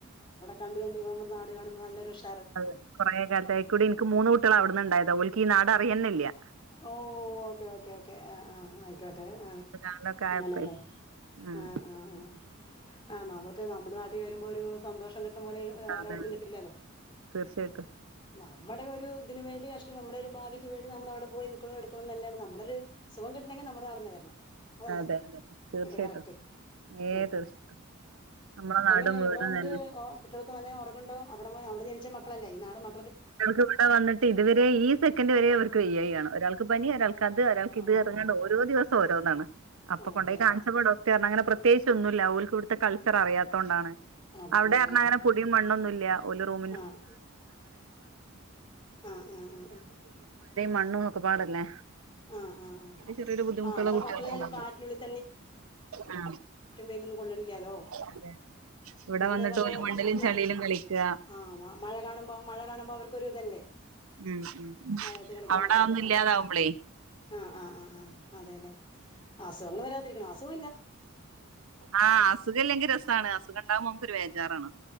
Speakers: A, on the left; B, on the right.
A: കണ്ട് കണ്ട് നമ്മടെ നാട് കാണുമ്പോ നല്ലൊരു ഇഷ്‌ -
B: അതെ കുറെ കാലത്തായിക്കൂടി എനിക്ക് മൂന്ന് കുട്ടികള് അവിടുന്നുണ്ടായതാ ഓലക്ക് ഈ നാട് അറിയന്നില്യ
A: ഓഹ് ഓക്കേ ഓക്കേ ഓക്കേ ആഹ് ആഹ് ട്ടെ ആഹ്
B: അത് കാണലൊക്കെ ആയപ്പേ
A: അങ്ങനെല്ലേ
B: ഉം
A: ആഹ് ആഹ് ആഹ് നമ്മക്ക് നാ - നമ്മുടെ നാട്ടിൽ വരുമ്പോ ഒരു സന്തോഷം കിട്ടുമ പോോലെ വേറെ
B: അതെ
A: അവിടെന്നും
B: അതെ
A: കിട്ടില്ലല്ലോ
B: തീർച്ചയായിട്ടും
A: നമ്മുടെ ഒരു ഇതിനന് വേണ്ടി കഷ്ടം നമ്മുടെ ഒരു ഭാവിക്ക് വേണ്ടി നമ്മളവിടെ പോയി നിൽക്കണം എടുക്കണണം എന്നല്ലാണ് നമ്മുടെ ഒരുരു സഖം കിട്ടണെങ്ക നമ്മ നടന്നു വരണം അല്ലേ
B: അതെ അതെ തീർച്ചയായിട്ടും
A: എന്റെ കറക്റ്റ്
B: ഏ
A: ഉം
B: തീർച്ചയായിട്ടും നമ്മളെ നാടും
A: എങ്ങനെ
B: വീടും
A: എവിടെ വന്നിട്ട്
B: തന്നെ
A: കുട്ടികൾക്ക് വന്ന ഉറങ്ങുണ്ടോ അവിടെ അവിടെ ജനിച്ച മക്കളല്ലേ നാട് മ
B: ക്ക് ഇവിടെ വന്നിട്ട് ഇതുവരെ ഈ സെക്കൻഡ് വരെ അവർക്ക് ഐ ആ്യാണ് ഒരാൾക്ക് പനി ഒരാൾക്ക് അത് ഒരാൾ ഇത്
A: ആഹ്
B: ഇറങ്ങേണ്ട ഓരോ ദിവസ ഓോന്നാണ് അപ്പൊ
A: അതെയോ
B: കൊണ്ടോയി കാചപ്പ ഡോക്ടർങ്ങനെ പ്രത്യേകിച്ച ഒന്നുമല്ല അവർക്ക് ഇവിടുത്തെ കൾച്ചർ അറിയാത്തോൊണ്ടാണ്
A: അതന്നെ
B: അവിടെ പറഞ്ഞാ അങ്ങെൊടിയ മണ്ണൊന്നും നല്ലൊ
A: ആഹ് ആഹ് ആഹ് ആഹ്
B: മണ്ണും ഒക്കെ പാടല്ലേ
A: ആഹ് ആഹ് ആഹ്
B: ചെറിയൊരു ബുദ്ധിമുട്ടുള്ള
A: ആഹ് അവിടെ
B: കുട്ടികൾക്കണ്ട
A: മക്കള് ഫ്ളാറ്റിനുള്ളിൽ
B: ആ
A: ന്നും കൊള്ളില്ലാലോ
B: അതെ അതെ
A: ഇവിടെ
B: വന്നിട്ട്
A: പറഞ്ഞ
B: ഓല് മണ്ണിലും ചളിയിലും കളിക്കാ
A: ആ മഴ കാണുമ്പോ മഴ കാണുമ്പോ അവർക്കൊ ഇതല്ലേ
B: ഉം ഉം ഉം.
A: മഴയത്ത് കളിക്കാനൊക്കെ
B: അവിടെ അതൊന്നും ഇല്ലാതാവുമ്പളേ
A: ആ ആഹ ആഹ് ആ് ആഹ് അതെല്ലെ അസുഖങ്ങ വരാതിരിക്കണം അസുഖ
B: ആഹ് അസുഖല്ലെങ്കിൽ രസമാണ് അസുഖം ഉണ്ടാകുമോ നമുക്ക ഒരു വേജാറാണ്